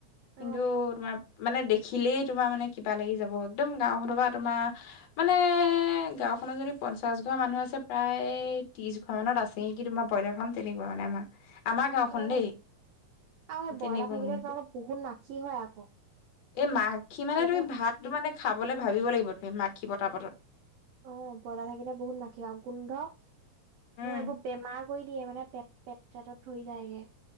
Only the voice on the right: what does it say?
অ',
অ'
আৰু সেই ব্ৰইলাৰ
থাকিলে
তোমালোকৰ বহুত নাখি হয় আকৌ
বহুত।
অ ব্ৰইলাৰ থাকিলে বহুত মাখি হয় গোন্ধ তোমাৰ
এইবোৰ বেমাৰ কৰি দিয়ে মানে পেট পেট চেটত ধৰি যায়গে